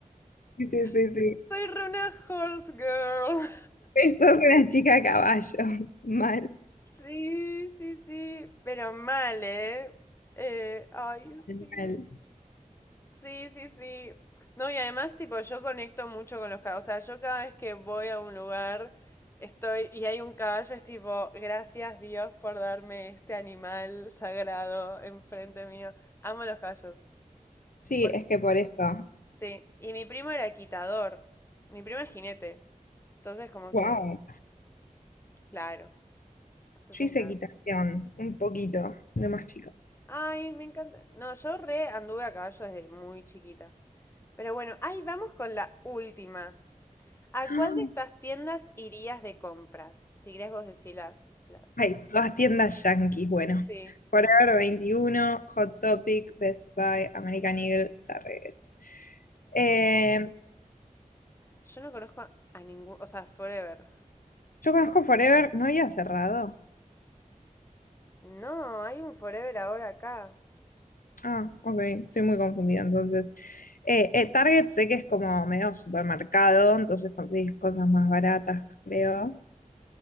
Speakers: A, on the left (about 85°); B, on the left (about 15°).
A: Sí, sí,
B: <laughs>
A: sí.
B: Soy re una horse girl.
A: Re Sos una chica caballo. <laughs> Mal,
B: Sí, sí, sí, pero mal, ¿eh? Eh, ay,
A: mal.
B: sí, sí, sí, sí. No, y además, tipo, yo conecto mucho con los caballos. O sea, yo cada vez que voy a un lugar, estoy y hay un caballo, es tipo, gracias Dios por darme este animal sagrado enfrente mío. Amo los caballos.
A: Sí,
B: Por-
A: es que por eso.
B: Sí, y mi primo era quitador. Mi primo es jinete. Entonces, como
A: Wow.
B: que, claro. Entonces,
A: Yo hice
B: nada.
A: equitación, un poquito, de más chica.
B: Ay, me encanta. No, yo re anduve a caballo desde muy chiquita. Pero bueno, ahí vamos con la última. ¿A
A: <gasps> ¡Ah!
B: cuál de estas tiendas irías de compras? Si querés vos decir las, las.
A: Ay, todas tiendas yanquis, bueno.
B: Sí.
A: Forever 21, Hot Topic, Best Buy, American Eagle, Target. Eh,
B: Yo no conozco a, a ningún, o sea, Forever.
A: Yo conozco Forever, ¿no había cerrado?
B: No, hay un Forever ahora acá.
A: Ah, ok, estoy muy confundida. Entonces, Eh, eh, Target sé que es como medio supermercado, entonces conseguís cosas más baratas, creo.